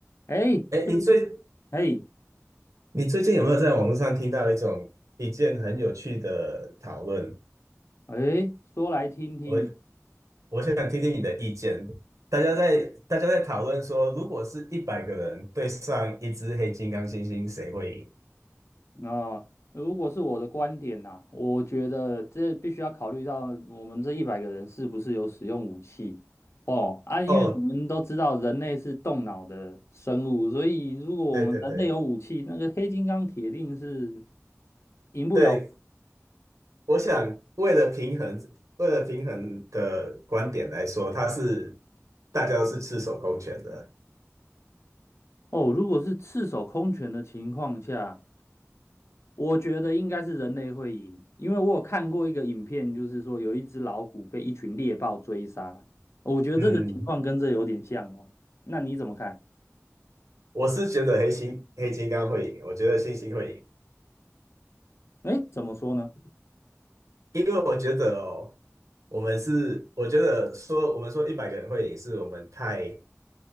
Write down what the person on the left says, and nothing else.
哎，
最近
哎
哎，说来听听
啊、如果是我的观点呐、我觉得这必须要考虑到我们这一百个人是不是有使用武器哦啊，因为我们都知道人类是动脑的生物，
所以如果我们人类有武器，
那个黑金刚铁定是赢不了
哦。如果是赤手空拳的情况下。我觉得应该是人类会赢，因为我有看过一个影片，就是说有一只老虎被一群猎豹追杀，我觉得这个情况跟这有点像哦。
那你怎么看？
哎，怎么说呢？